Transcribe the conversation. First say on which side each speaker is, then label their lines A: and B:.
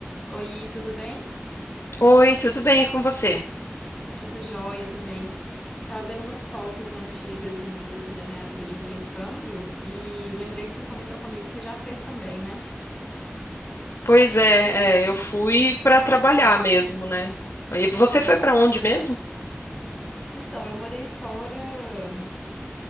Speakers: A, on the left; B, on the left.
A: Oi, tudo bem?
B: Oi, tudo bem com você?
A: Tudo jóia também. Tava vendo umas fotos antigas minhas aqui da minha época de intercâmbio e lembrei que você comentou comigo que você já fez também, né?
B: Pois é, é, eu fui para trabalhar mesmo, né? E você
A: Ai,
B: foi para onde mesmo?
A: Então, eu morei fora, não